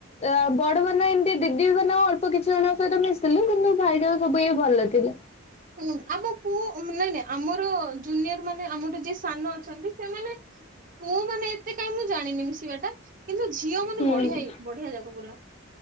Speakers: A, on the left (about 30°); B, on the right (about 40°).
A: ଅ ବଡମାନେ ଏମତି ଦିଦିମାନେ ଅଳ୍ପ କିଛି ଜଣଙ୍କ ସହିତ ମିଶଥିଲି କିନ୍ତୁ ଭାଇଯାକ ସବୁ ଏଇଆ ଭଲ ଥିଲେ।
B: ହୁଁ ଆମ ପୁଅ ଉଁ ନାଇଁ ନାଇଁ ଆମର ଜୁନିଅରମାନେ ଆମଠୁ ଯିଏ ସାନ ଅଛନ୍ତି ସେମାନେ ପୁଅମାନେ ଏତେ କାହିଁ ମୁଁ ଜାଣିନି ମିଶିବାଟା କିନ୍ତୁ ଝିଅମାନେ
A: ହୁଁ
B: ବଢିଆ ଇ ବଢିଆ ଯାକ ପୁରା।